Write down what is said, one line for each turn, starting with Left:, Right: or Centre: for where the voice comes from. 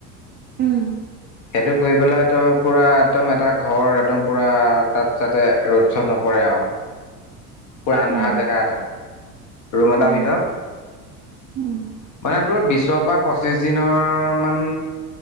Right: উম,
Left: সেইটো কৰি পেলাই তই পুৰা একদম এটা ঘৰ একদম পূৰা তাত যাতে ৰ'দ চ'দ নপৰে আৰু পুৰা আন্ধাৰ
Right: অ',
Left: জেগা এটা। ৰুম এটাৰ
Right: উম,
Left: ভিতৰত
Right: উম,
Left: মানে তোৰ বিশৰ পৰা পঁচিশ দিনৰ মান